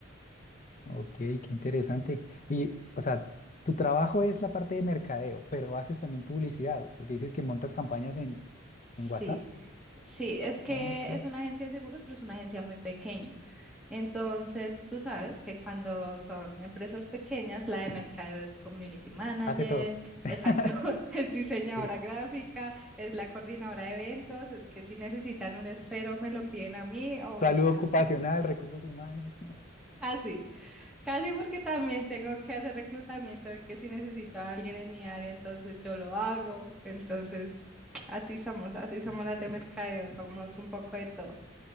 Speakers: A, on the left (about 40°); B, in the centre.
A: ok, qué interesante. Y, o sea, tu trabajo es la parte de mercadeo, pero haces también publicidad, porque dices que montas campañas en,
B: Sí,
A: en WhatsApp.
B: sí, es que
A: Ah, Ok,
B: es una agencia de seguros, pero es una agencia muy pequeña. Entonces, tú sabes que cuando son empresas pequeñas, la de mercadeo es community manager,
A: hace todo. <laughs>
B: exacto, <laughs> es diseñadora
A: Sí.
B: gráfica, es la coordinadora de eventos, es que si necesitan un esfero me lo piden a mí o un
A: Salud
B: chal,
A: ocupacional,
B: <laughs>
A: recursos humanos,
B: así. Casi porque también tengo que hacer reclutamiento, de que si necesito a alguien en mi área, entonces yo lo hago. Entonces, así somos, así somos
A: <laughs>
B: las de mercadeo, somos un poco de todo.